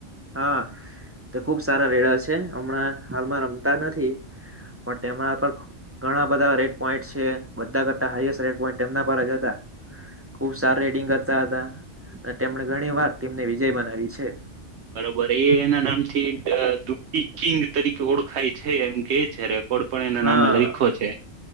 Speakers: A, on the right; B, on the right.
A: હા, તે ખુબ સારા રેડા છે હમણાં હાલમાં રમતા નથી પણ તેમા પર ઘણા બધા રેટ પોઇન્ટ છે, બધા કરતા હાઈએસ્ટ રેટ પોઇન્ટ તેમના પર જ હતા, ખુબ સારા રેટિંગ કરતા હતા તેમણે ઘણી વાર ટીમને વિજય બનાવી છે
B: વરે એ એના નામથી અ દુપકીકિંગ તરીકે ઓળખાય છે એમ કે છે કોડ પણ એના
A: હા
B: નામે લઈખો છે